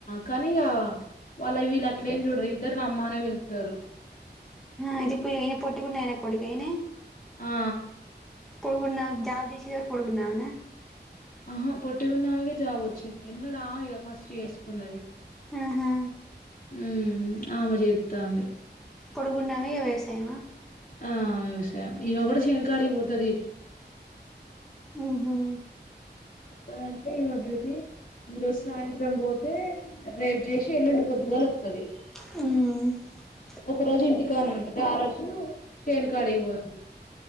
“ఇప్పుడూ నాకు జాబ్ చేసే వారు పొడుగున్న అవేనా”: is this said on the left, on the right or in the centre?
Centre